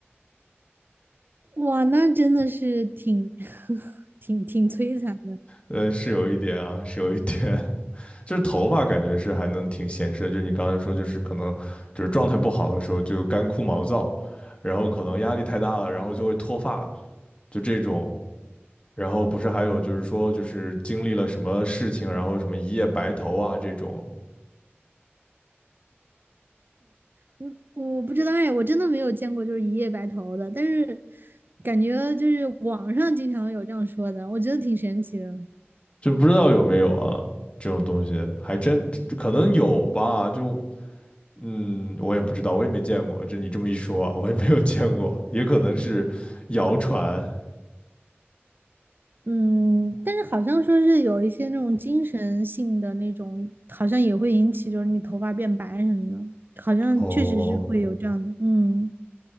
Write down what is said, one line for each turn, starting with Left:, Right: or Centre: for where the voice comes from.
Right: 哇，那真的是挺 <laughs> 挺挺摧残。
Left: 呃，是有一点啊，是有一点，就是头发感觉是还能挺显示的，就是你刚才说，就是可能就是状态不好的时候就干枯毛躁，然后可能压力太大了，然后就会脱发，就这种。然后不是还有就是说，就是经历了什么事情，然后什么一夜白头啊这种，
Right: 嗯我不知道哎，我真的没有见过就是一夜白头的，但是感觉就是网上经常有这样说的，我觉得挺神奇的。
Left: 就不知道有没有啊这种东西，还真可能有吧，就嗯，我也不知道，我也没见过。就你这么一说啊，我也没有见过，也可能是谣传
Right: 嗯，但是好像说是有一些那种精神性的那种，好像也会引起就是你头发变白什么的，好像确实是会有这样的。
Left: 哦，
Right: 嗯，